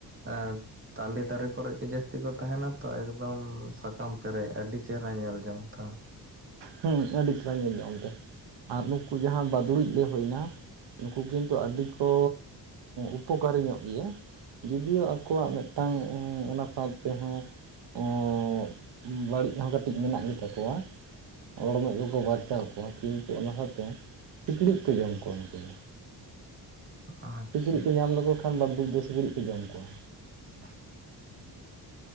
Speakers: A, on the right; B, on the right.
A: ᱟᱨ ᱛᱟᱞᱮ ᱫᱟᱨᱮ ᱠᱚᱨᱮᱜ ᱜᱮ ᱡᱟᱹᱥᱛᱤ ᱠᱚ ᱛᱟᱦᱮᱸ ᱱᱟᱛᱚ ᱮᱠᱫᱚᱢ ᱥᱟᱠᱟᱢ ᱯᱮᱨᱮᱡ ᱟᱹᱰᱤ ᱪᱮᱦᱨᱟ ᱧᱮᱞ ᱡᱚᱝ ᱛᱮ ᱦᱚᱸ
B: ᱦᱩᱸ ᱟᱹᱰᱤ ᱪᱮᱦᱨᱟ ᱧᱮᱞ ᱡᱚᱝ ᱛᱮ ᱟᱨ ᱱᱩᱠᱩ ᱡᱟᱦᱟᱸ ᱵᱟᱫᱩᱲᱩᱡ ᱞᱮ ᱦᱩᱭᱱᱟ ᱱᱩᱠᱩ ᱠᱤᱱᱛᱩ ᱟᱹᱰᱤ ᱠᱚ ᱩᱯᱚᱠᱟᱨᱤ ᱧᱚᱜ ᱜᱮᱭᱟ᱾ ᱡᱚᱫᱤᱭᱚ ᱟᱠᱚᱣᱟᱜ ᱢᱮᱫᱴᱟᱝ ᱚᱱᱟ ᱥᱟᱶᱛᱮᱦᱚᱸ ᱩᱸᱻ ᱵᱟᱹᱲᱤᱡ ᱦᱚᱸ ᱠᱟᱹᱴᱤᱡ ᱢᱮᱱᱟᱜ ᱜᱮᱛᱟ ᱠᱚᱣᱟ᱾ ᱚᱲᱢᱚᱡ ᱠᱚᱠᱚ ᱵᱟᱨᱪᱟᱣ ᱠᱚᱣᱟ ᱠᱤᱱᱛᱩ ᱚᱱᱟ ᱥᱟᱶᱛᱮ ᱥᱤᱠᱬᱤᱡ ᱠᱚ ᱡᱚᱢ ᱠᱚᱣᱟ ᱱᱩᱠᱩ ᱫᱚ
A: ᱟᱪᱪᱷᱟ
B: ᱥᱤᱠᱲᱤᱡ ᱠᱚ ᱧᱟᱢ ᱞᱮᱠᱚ ᱠᱷᱟᱱ ᱵᱟᱲᱫᱩᱡ ᱫᱚ ᱥᱤᱠᱲᱤᱡ ᱠᱚ ᱡᱚᱢ ᱠᱚᱣᱟ
A: ᱦᱮᱸ